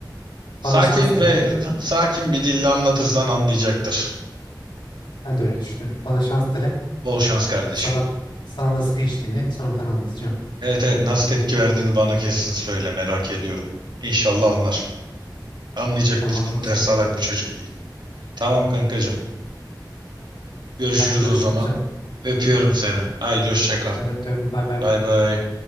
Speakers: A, on the right; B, on the left.
A: Sakin
B: Bana şans dile.
A: ve sakin bir dille anlatırsan anlayacaktır.
B: Ben de öyle düşünüyorum. Bana şans dile.
A: Bol şans kardeşim.
B: Sana sana nasıl geçtiğini sonradan anlatacağım.
A: Evet evet nasıl tepki verdiğini bana kesin söyle merak ediyorum. İnşallah anlar. Anlayacaktır.
B: Tamamdır
A: Kurter
B: o zaman.
A: salak bir çocuk değil. Tamam kankacığım. Görüşürüz
B: Haydi görüşmek
A: o zaman.
B: üzere.
A: Öpüyorum seni. Haydi hoşça kal.
B: Ben de öptüm. Bay bay.
A: Bay bay.